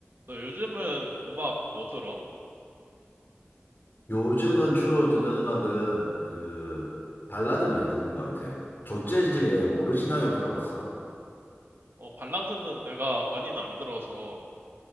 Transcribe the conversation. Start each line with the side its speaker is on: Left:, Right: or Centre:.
Right: 너 요즘은 음악 뭐 들어?
Left: 요즘은 주로 듣는 음악은 그 발라드 많이 듣는 것 같아. 조재즈의 모르시나요 들어봤어?
Right: 어, 발라드는 내가 많이는 안 들어서